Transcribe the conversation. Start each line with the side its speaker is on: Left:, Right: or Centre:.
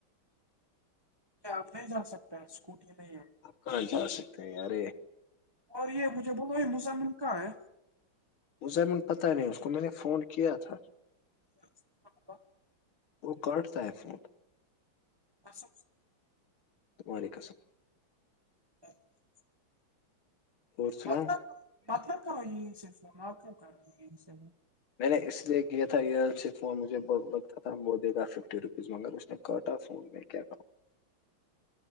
Right: آپ نہیں جا سکتا اسکوٹی نہیں ہے
Left: کان جا سکتے ہے یار
Right: اور یہ مجھے بولو مسمن کا ہے
Left: وہ زمن پتہ نہیں اس کو میں نے فون کیا تھا
Right: <inaudible>
Left: وہ کرٹتا ہے ایکسمٹ
Right: اور سب سے
Left: وعلیکمسلام
Right: <inaudible>
Left: اور سناؤ
Right: مطلب مطلب کر رہی ان سے آ کر رہی ان سے
Left: میں نے اس لیے کیا تھا یہئرل فون مجھے بت لگتا تھا وہ دے گا ففٹی روپیز مگر اس نے کاٹا فون بھی کیا